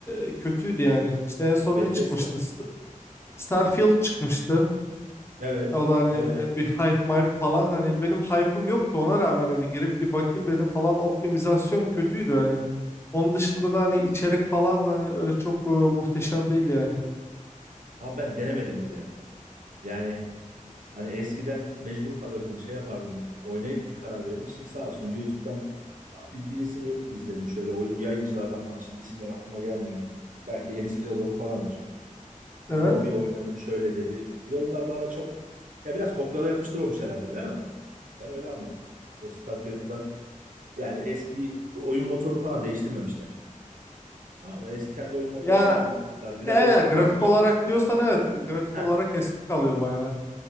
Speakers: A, on the right; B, on the left.
A: Be-
B: e, kötüydü yani. İşte en son
A: Bethesda.
B: ne çıkmıştı? St- Starfield çıkmıştı.
A: Evet.
B: E, O da hani
A: Evet.
B: e, bir hype mype falan hani benim hype'ım yoktu ona rağmen hani girip bir bakayım dedim falan optimizasyon kötüydü hani. Onun dışında da hani içerik falan da hani öyle çok e, muhteşem değil yani.
A: Abi ben denemedim bile. Yani hani eskiden mecbur kalırdın, şey yapardın, oynayıp bir karar verirdin. Şimdi sağ olsun YouTube'dan abi bir birisini izledim şöyle oyun yayıncılardan falan. Şimdi isimler aklıma gelmiyor. Belki Enis Kirazoğlu falandır. Hani
B: Evet.
A: o bir oynadım şöyle dedi. Yorumlar bana çok ya biraz kopyala yapıştır olmuş herhalde değil mi? Ben öyle anladım. O Starfield'da Yani eski oyun motorunu falan değiştirmemişler. Tamam mı? Eski kendi oyun motorlarını
B: Ya,
A: kullanmışlar. Biraz
B: e, ya
A: eski
B: grafik
A: kalmış.
B: olarak diyorsan evet grafik
A: Heh,
B: olarak eski kalıyor bayağı.